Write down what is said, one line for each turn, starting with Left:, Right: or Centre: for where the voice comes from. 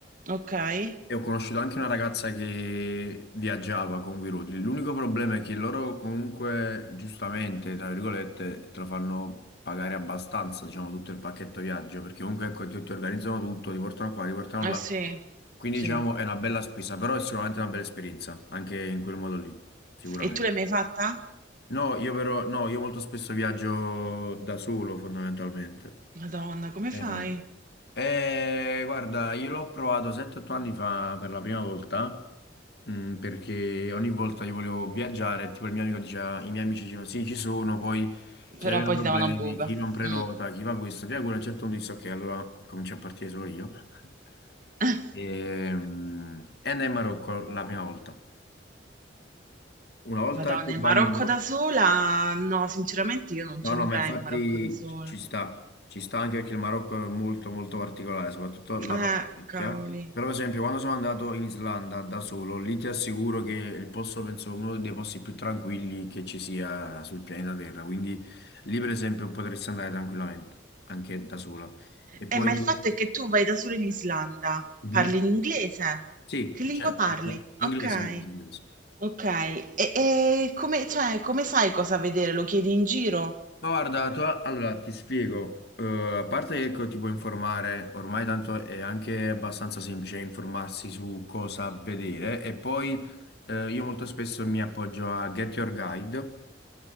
Right: Ok? Eh
Left: E ho conosciuto anche una ragazza che viaggiava con We Road. L'unico problema è che loro comunque, giustamente, tra virgolette, te lo fanno pagare abbastanza, diciamo, tutto il pacchetto viaggio, perché comunque ecco, ti, ti organizzano tutto, ti portano qua, ti portano là.
Right: sì,
Left: Quindi
Right: sì.
Left: diciamo è una bella spesa, però è sicuramente una bella esperienza, anche in quel modo lì, sicuramente.
Right: E tu l'hai mai fatta?
Left: No, io però, no, io molto spesso viaggio da solo, fondamentalmente.
Right: Madonna, come
Left: Eh.
Right: fai?
Left: Eh, guarda, io l'ho provato 7-8 anni fa per la prima volta, mm, perché ogni volta io volevo viaggiare, tipo il mio amico diceva, i miei amici dicevano sì, ci sono, poi chi
Right: Però
Left: aveva
Right: poi
Left: problemi,
Right: ti davano buca.
Left: chi non prenota,
Right: Mm.
Left: chi fa questo, via quello, a un certo punto disse ok, allora comincio a partire solo io. <laughs>
Right: <laughs>
Left: E, mm, e andai in Marocco la prima volta. Una volta
Right: Madonna,
Left: che
Right: il
Left: vai
Right: Marocco
Left: in Marocco,
Right: da sola? No, sinceramente io non
Left: No,
Right: ci andrei
Left: no, ma infatti
Right: in Marocco da sola.
Left: ci ci sta, ci sta anche perché il Marocco è molto molto particolare, soprattutto la
Right: Eh,
Left: parte vecchia.
Right: cavoli.
Left: Però, per esempio, quando sono andato in Islanda da solo, lì ti assicuro che il posto, penso, uno dei posti più tranquilli che ci sia sul pianeta Terra. Quindi lì, per esempio, potresti andare tranquillamente, anche da sola. E poi...
Right: Eh, ma il fatto è che tu vai da solo in Islanda,
Left: Mhm.
Right: parli in inglese?
Left: Sì,
Right: Che lingua
Left: cioè,
Right: parli?
Left: inglese,
Right: Ok,
Left: inglese, inglese.
Right: ok. E, e come, cioè, come sai cosa vedere? Lo chiedi in giro?
Left: Ma guarda, tu, allora ti spiego, Eh, a parte che ecco, ti puoi informare, ormai tanto è anche abbastanza semplice informarsi su cosa vedere e poi eh, io molto spesso mi appoggio a Get Your Guide,